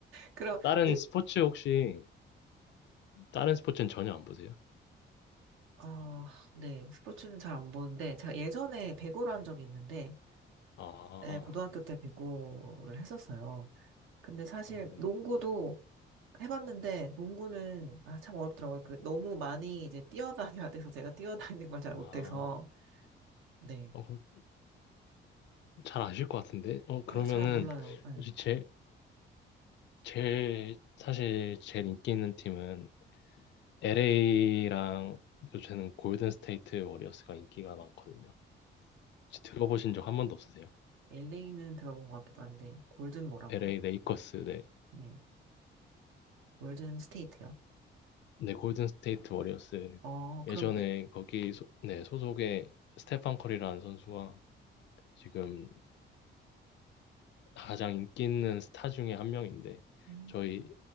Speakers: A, on the right (about 85°); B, on the left (about 65°).
A: 그럼,
B: 다른
A: 느,
B: 스포츠 혹시, 다른 스포츠는 전혀 안 보세요?
A: 어, 네. 스포츠는 잘 안 보는데, 제가 예전에 배구를 한 적이 있는데,
B: 아,
A: 네, 고등학교 때 배구를 했었어요. 근데 사실
B: 아, 네.
A: 농구도 해봤는데, 농구는, 아, 참 어렵더라고요. 그, 너무 많이 이제 뛰어다녀야 돼서 제가 뛰어다니는 걸 잘
B: 아,
A: 못해서, 네.
B: 어, 그럼 잘 아실 것 같은데? 어, 그러면은,
A: 아, 잘 몰라요. 네.
B: 혹시 제, 제, 사실 제일 인기 있는 팀은 LA랑 요새는 골든 스테이트 워리어스가 인기가 많거든요. 혹시 들어보신 적 한 번도 없으세요?
A: LA는 들어본 것 같기도 한데, 골든 뭐라고요?
B: LA 레이커스, 네.
A: 네. 골든 스테이트요.
B: 네, 골든 스테이트 워리어스.
A: 어, 그럼
B: 예전에
A: 이,
B: 거기, 소, 네, 소속의 스테판 커리라는 선수가 지금 가장 인기 있는 스타 중에 한 명인데,
A: 음,
B: 저희